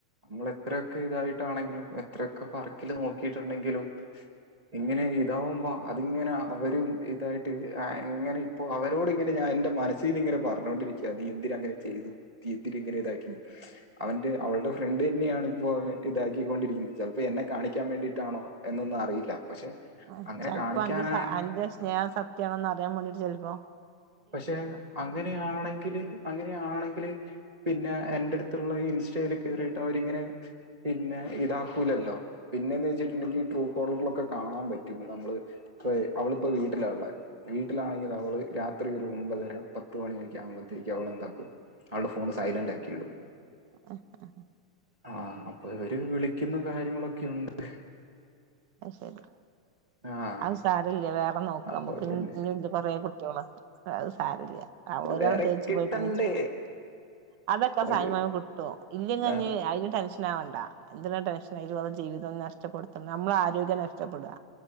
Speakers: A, on the right; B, on the right.
A: നമ്മള് എത്രയൊക്കെ ഇതായിട്ടാണെങ്കിലും എത്രയൊക്കെ ഭർക്കില് നോക്കിയിട്ടുണ്ടെങ്കിലും ഇങ്ങനെ ഇതാവുമ്പോ അതിങ്ങനെ അവരും ഇതായിട്ട് ആ ഇങ്ങനെ ഇപ്പോ അവരോട് ഇങ്ങനെ ഞാൻ എന്റെ മനസ്സീന്ന് ഇങ്ങനെ പറഞ്ഞോണ്ടിരിക്കുവാ നീ എന്തിന് അങ്ങനെ ചെയ്തു തീത്തിരി ഇങ്ങനെ ഇതാക്കി അവന്റെ അവളുടെ ഫ്രണ്ട് തന്നെയാണ് ഇപ്പോ അവന് ഇതാക്കിക്കൊണ്ടിരിക്കുന്നത് ചിലപ്പോ എന്നെ കാണിക്കാൻ വേണ്ടിയിട്ടാണോ എന്നൊന്നും അറിയില്ല പക്ഷെ
B: ആഹ്
A: അങ്ങനെ
B: ചിലപ്പോ
A: കാണിക്കാനാണ്
B: അന്റെ അന്റെ സ്നേഹം സത്യവാണോന്ന് അറിയാൻ വേണ്ടീട്ട് ചിലപ്പോ
A: പക്ഷെ അങ്ങനെയാണെങ്കില് അങ്ങനെയാണെങ്കില് പിന്നെ എന്റെ അടുത്തുള്ള ഇൻസ്റ്റയിൽ കയറിയിട്ട് അവരിങ്ങനെ പിന്നെ ഇതാക്കൂലല്ലോ പിന്നേന്ന് വെച്ചിട്ടുണ്ടെങ്കി ഈ ട്രൂ കോളറിലൊക്കെ കാണാൻ പറ്റും നമ്മള് ഇപ്പോ അവളിപ്പോ വീട്ടിലാ ഉള്ളേ വീട്ടിലാണെങ്കി അവള് രാ ത്രിയൊരു ഒമ്പതര പത്ത് മണിയൊക്കെ ആകുമ്പത്തേക്ക് അവളെന്താക്കും അവളുടെ ഫോണ് സൈലന്റ് ആക്കി ഇടും
B: ആഹ് ആഹ്
A: ആഹ് അപ്പൊ അവര് വിളിക്കുന്ന കാര്യങ്ങളൊക്കെയുണ്ട്
B: അത് ശരി
A: ആഹ്
B: അത് സാരമില്ല വേറെ നോക്ക
A: അപ്പൊ
B: നമ്മക്ക്
A: പിന്നെ
B: കൊറെ കുട്ടികള അത് സാരില്ല ആ ഒരാൾ
A: വേറെ
B: തേച്ച്
A: കിട്ടണ്ടേ.
B: പോയിക്കണ് വച്ചിട്ട് അതൊക്കെ
A: പഴ്
B: സമയാകുമ്പോ കിട്ടുവോ ഇല്ലങ്കി ഇനി
A: ആഹ്
B: അതിന് ടെൻഷ നാവണ്ട എന്തിനാ ടെൻഷൻ ആയി ഇതുപോലെ ജീവിതം നഷ്ടപ്പെടുത്തുന്നെ നമ്മടെ ആരോഗ്യം നഷ്ടപ്പെടുക